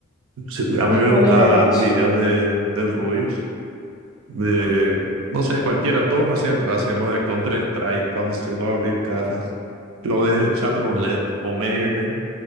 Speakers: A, on the right; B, on the left.
A: sí, a
B: ¿Vos
A: mí me
B: cuáles
A: gustaban
B: veías?
A: los videos de, del Rubius, de,
B: Ajá.
A: no sé, cualquiera, todos me hacían gracia, lo de Counter-Strike, cuando se no abrir cajas, lo de Chat Roulette o Merle,